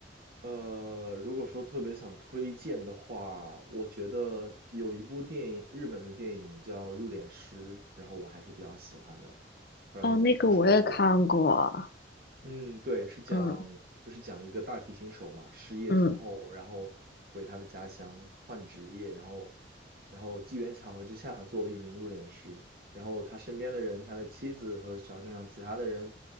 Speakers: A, on the right; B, on the left.
A: 呃，如果说特别想推荐的话，我觉得有一部电影，日本的电影叫《入殓师》，然后我还是比较喜欢的，不知道你有没有听说过？
B: 哦，那个我也看过，
A: 嗯，对，是讲就是讲一个大提琴手嘛，
B: 嗯
A: 失业之后，
B: 嗯，
A: 然后回他的家乡换职业，然后然后机缘巧合之下做了一名入殓师，然后他身边的人，他的妻子和小镇上其他的人，